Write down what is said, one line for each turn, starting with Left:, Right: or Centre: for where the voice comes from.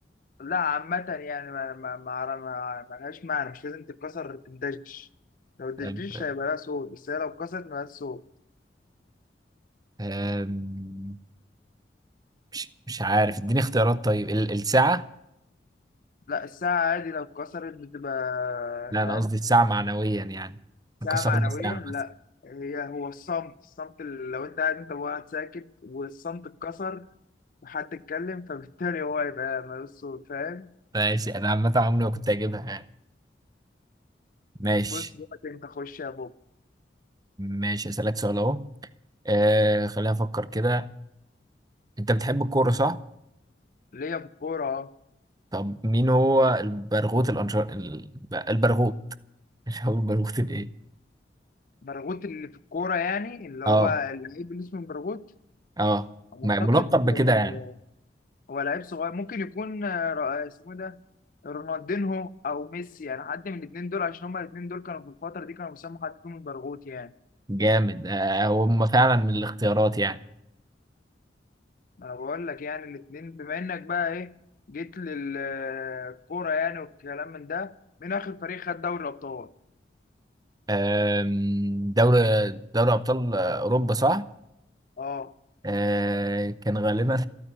Left: لا عامة يعني ما ما ما ما- ما لهاش معنى مش لازم تتكسر تندش لو الدشديش
Right: طيب،
Left: هيبقى لها صوت بس هي لو اتكسرت مالهاش صوت
Right: أم، مش مش عارف اديني اختيارات طيب ال- الساعة
Left: لا الساعة عادي لو اتكسرت بتبقى
Right: لا
Left: فاهم
Right: انا قصدي الساعة معنويا يعني إحنا
Left: ساعة
Right: كسرنا
Left: معنوية
Right: ساعة
Left: لا
Right: مثلا
Left: هي هو الصمت الصمت اللي لو انت قاعد انت وقاعد ساكت والصمت اتكسر وحد اتكلم فبالتالي هو هيبقى مالوش صوت فاهم
Right: ماشي انا عامة عمري ما كنت اجيبها يعني ماشي
Left: بص دلوقتي انت خش يا بوب
Right: ماشي اسألك سؤال اهو آه خلينا افكر كده انت بتحب الكورة صح؟
Left: ليا في الكورة اه
Right: طب مين هو البرغوث الأنشر... الب... البرغوث مش هو البرغوث الايه؟
Left: برغوت اللي في الكورة يعني اللي
Right: اه
Left: هو اللعيب اللي اسمه برغوت
Right: اه
Left: اعتقد
Right: م- ملقب بكده يعني
Left: آه، هو لعيب صغير ممكن يكون آه، را- آه، اسمه إيه ده رونالدينهو او ميسي يعني حد من الاثنين دول عشان هما الاثنين دول كانوا في الفترة دي كانوا بيسموا حد فيهم البرغوت يعني
Right: جامد آه هم فعلا من الاختيارات يعني
Left: انا بقول لك يعني الاثنين بما انك بقى ايه جيت للكورة يعني والكلام من ده من اخر فريق خد دوري الابطال
Right: آم، دوري دوري ابطال اوروبا صح
Left: اه
Right: آه، كان غالبا